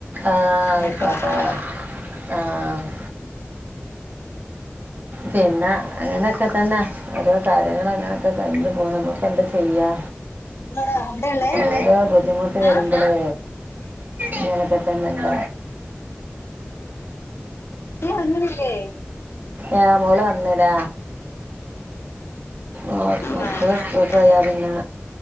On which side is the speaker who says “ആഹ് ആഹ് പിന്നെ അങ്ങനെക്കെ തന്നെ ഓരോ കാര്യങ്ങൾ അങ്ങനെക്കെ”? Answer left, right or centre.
Right